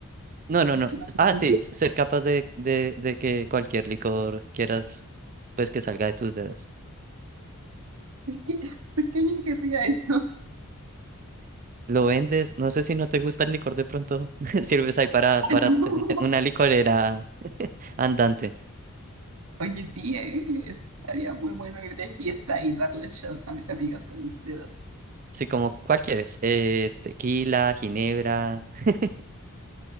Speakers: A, on the right; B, on the right.
A: No, no,
B: Es
A: no.
B: que no sé.
A: Ah,
B: qué-
A: sí, ser capaz de, de, de que cualquier licor quieras, pues que salga de tus dedos.
B: ¿Por qué, por qué alguien querría eso?
A: Lo vendes, no sé si no te gusta el licor de pronto, <laughs> sirves ahí para,
B: <laughs>
A: para ten- una licorera andante.
B: Oye, sí, ¿eh? Estaría muy bueno ir de fiesta y darles shows a mis amigas con mis dedos.
A: Sí, como, ¿cuál quieres? Eh, tequila, ginebra. <laughs>